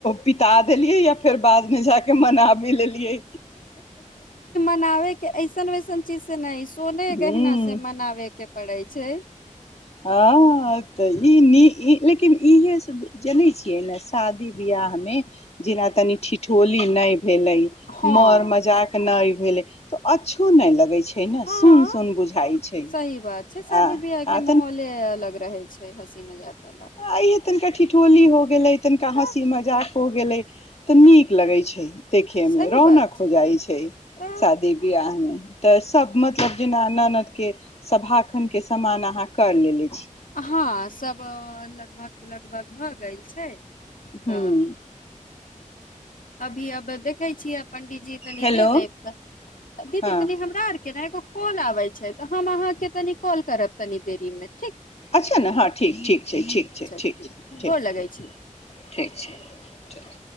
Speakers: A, on the left (about 50°); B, on the left (about 80°).
A: पिताऽ- देलियै या फेर बादमे जा क के मना भी लेलियै
B: -बनाबे के ऐसन वैसन चीज से नहि सोने गहना
A: ह
B: से मनावे के पड़ै छै
A: आ-तऽ ई नी- लेकिन इहे सब जनै छियै ने शादी बिआहमे जेना तनि ठिठौली नहि भेलै
B: हँ
A: मर मजाक नहि भेलै तो अच्छो नहि लगै छै छै ने
B: हँ
A: सुन सुन बुझाइ छै
B: सही बात छै शादी
A: आ-अ
B: बियाह के माहौले अलग रहै छै हँसी मजाक <unintelligible>
A: आ इहे तनिका ठिठोली हो- -गेलै तनिका
B: तऽ
A: हँसी मजाक हो गेलै तऽ नीक लगै छै देखै
B: सही
A: मे रौनक
B: बात
A: हो जाइ छै
B: तऽ
A: शादी विआह मे तऽ सब मतलब जेना ननद के सभाखन के समान अहाँ कर लेली
B: हँ सब लगभग लगभग भए गैल छै तऽ
A: हूँ
B: अभी अब देखै छियै पंडीजी तनि
A: हेलो
B: दे देब त दीदी
A: हँ
B: तनि हमरा आरके ने एगो कॉल आबे छै तऽ हम अहाँके तनि कॉल करब तनि देरी मे
A: अच्छा न हँ ठीक ठीक छै ठीक छै ठीक
B: दीदी
A: छै ठीक
B: गोर लगै छी
A: ठीक छै